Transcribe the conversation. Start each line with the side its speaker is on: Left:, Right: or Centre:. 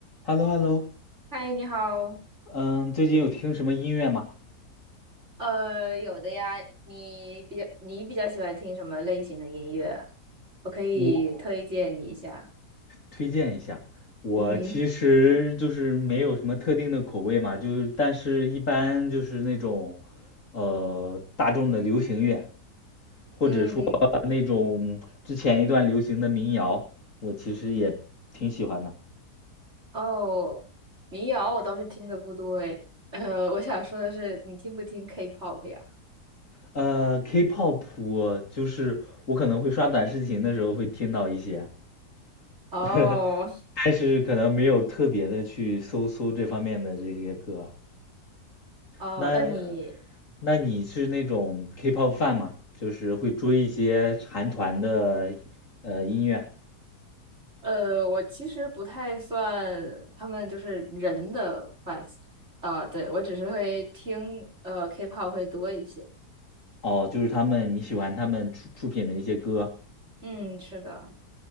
Left: h e l l o h e l l o
Right: 嗨，你好。
Left: 嗯，最近有听什么音乐吗？
Right: 呃，有的呀，你比较你比较喜欢听什么类型的音乐啊我可以推荐你一下。
Left: 我推荐一下。我其实就是没有什么特定的口味嘛，
Right: 嗯，
Left: 就是但是一般就是那种，呃，大众的流行乐，或者说那种之前一段流行的民谣，
Right: 嗯，
Left: 我其实也挺喜欢的。
Right: 哦，民谣我倒是听的不多诶。<laughs> 呃，我想说的是，你听不听 K-pop 呀？
Left: 呃，K-pop 我就是我可能会刷短视频的时候会听到一些，
Right: 哦
Left: <laughs>
Right: <laughs>
Left: 但是可能没有特别的去搜搜这方面的这些歌。
Right: 哦，
Left: 那
Right: 那你
Left: 那你是那种 K-pop fan 吗？就是会追一些韩团的呃音乐？
Right: 呃，我其实不太算他们就是人的 fans 啊，对，我只是会听呃 K-pop 会多一些。
Left: 哦，就是他们你喜欢他们出出品的一些歌？
Right: 嗯，是的。